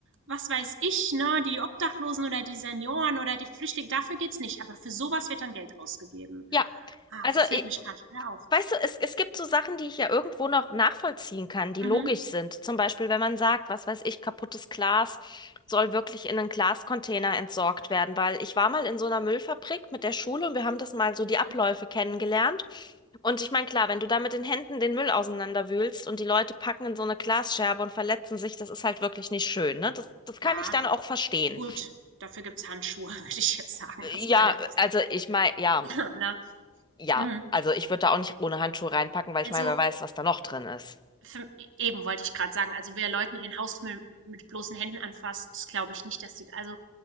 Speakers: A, on the right; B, on the left.
A: was weiß ich, ne, die Obdachlosen oder die Senioren oder die Flüchtlinge, dafür geht's nicht. Aber für sowas wird dann Geld ausgegeben.
B: ja,
A: Ah,
B: also
A: das fällt
B: i-
A: mich gerade wieder auf.
B: Weißt du, es, es gibt so Sachen, die ich ja irgendwo noch nachvollziehen kann, die
A: Mhm.
B: logisch sind. Zum Beispiel, wenn man sagt, was weiß ich, kaputtes Glas soll wirklich in einen Glascontainer entsorgt werden, weil ich war mal in so einer Müllfabrik mit der Schule und wir haben das mal so die Abläufe
A: mhm.
B: kennengelernt. Und ich meine, klar, wenn du da mit den Händen den Müll auseinanderwühlst und die Leute packen in so eine Glasscherbe und verletzen sich, das ist halt wirklich nicht schön, ne? Das, das
A: Ja,
B: kann ich dann auch verstehen.
A: gut. Dafür gibt's Handschuhe, <laughs> würde ich jetzt sagen.
B: Äh,
A: Das
B: Ja,
A: ist meine
B: also ich meine, ja,
A: beste. ne?
B: ja.
A: mhm.
B: Also ich würde da auch nicht ohne Handschuhe reinpacken, weil ich
A: Also,
B: meine, wer weiß, was da noch drin ist.
A: für, eben wollte ich gerade sagen, also wer Leuten ihren Hausmüll mit bloßen Händen anfasst, das glaube ich nicht, dass die, also